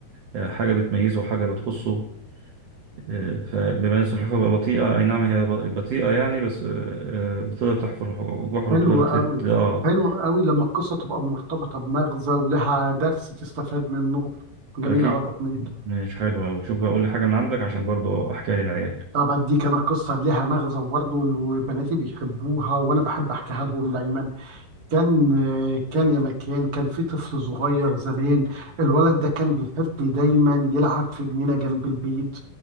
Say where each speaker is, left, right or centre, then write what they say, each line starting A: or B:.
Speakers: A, on the right; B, on the right.
A: آه، حاجة بتميزه وحاجة بتخصه آه، فبما ان السلحفاة بقى بطيئة اي نعم هي ب- بطيئة يعني بس آه، آه، بتقدر تحفر ح- جحر
B: حلو
A: وتقدر ت-
B: قوي
A: اه
B: حلو قوي لما القصة تبقى مرتبطة بمغزى ولها درس تستفاد منه جميل
A: اكيد
B: قوي يا أبو حميد
A: مش حلو اوي شوف بقى قول لي حاجة من عندك عشان برضه احكيها للعيال
B: طب أديك أنا قصة لها مغزى وبرضه وبناتي بيحبوها وأنا بحب أحكيها لهم دايما كان كان يا مكان كان في طفل صغير زمان الولد ده كان بيحب دايما يلعب في جنينة جنب البيت